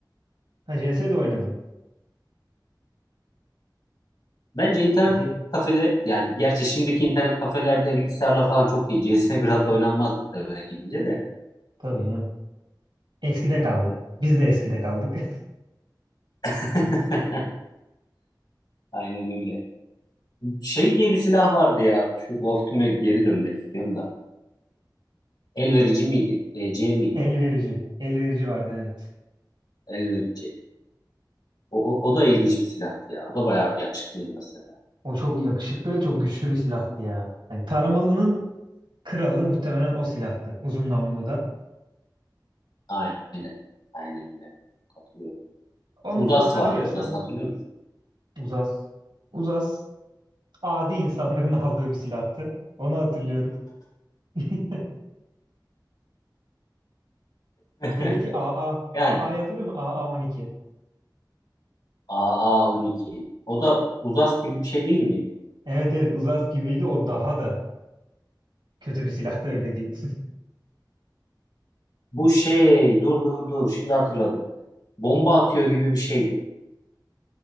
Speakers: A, on the right (about 85°); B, on the left (about 65°).
A: Ha, CS de oynadın.
B: Bence internet
A: Ha, C-
B: kafede yani gerçi şimdiki internet kafelerde bilgisayarla falan çok iyi. <laughs> CS 1.6 oynanmaz muhtemelen gidince de.
A: Tabii canım. Eskide kaldı. Biz de eskide kaldık. <laughs>
B: <laughs> Aynen öyle. Şey diye bir silah vardı ya. Şu Wolfteam'e geri dönmek istiyorum da. El verici miydi? EC miydi?
A: El verici. El verici vardı evet.
B: El verici. O, o, o da ilginç bir silahtı ya. O da bayağı yakışıklıydı mesela.
A: O çok yakışıklı ve çok güçlü bir silahtı ya. Hani taramalının kralı muhtemelen o silahtı. Uzun namlulu da.
B: Aynen. Aynen öyle. Katılıyorum.
A: Onu
B: Uzas
A: kullanabiliyorsan
B: vardı. Uzas hatırlıyor musun?
A: uzas. Uzas. Adi insanların <laughs> aldığı bir silahtı. Onu hatırlıyorum. <laughs>
B: <laughs>
A: Hele ki AA.
B: Yani
A: AA'yı hatırlıyor musun? AA-12.
B: AA12. O da Uzas gibi bir şey değil miydi?
A: Evet evet Uzas gibiydi. O daha da kötü bir silahtı öyle diyeyim. <laughs>
B: Bu şey dur dur dur şimdi hatırladım. Bomba atıyor gibi bir şeydi.